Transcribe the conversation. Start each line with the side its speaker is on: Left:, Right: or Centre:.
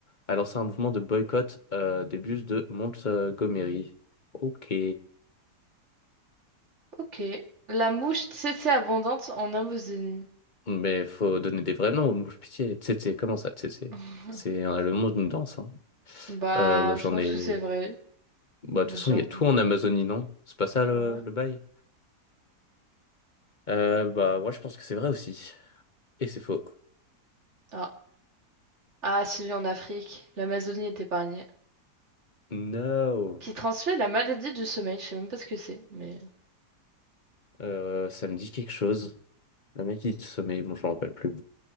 Left: a lancé un mouvement de boycott euh, des bus de Montgomery. Ok.
Right: Ok. La mouche tsetse abondante en Amazonie.
Left: Mais faut donner des vrais noms aux mouches pitié. Tsetse, comment ça, tsetse?
Right: <laughs>
Left: C'est euh, le nom d'une danse, hein.
Right: Bah,
Left: Euh, bah, j'en
Right: je pense
Left: ai.
Right: que c'est vrai.
Left: Bah, de
Right: Mode
Left: toute façon,
Right: genre.
Left: il y a tout en Amazonie, non? C'est pas ça le,
Right: Ouais.
Left: le bail? Euh, bah, ouais, je pense que c'est vrai aussi. Et c'est faux.
Right: Ah. Ah, celui en Afrique. L'Amazonie est épargnée.
Left: No!
Right: Qui transmet la maladie du sommeil. Je sais même pas ce que c'est, mais...
Left: Euh, ça me dit quelque chose. La mec qui sommeille, bon, je m'en rappelle plus.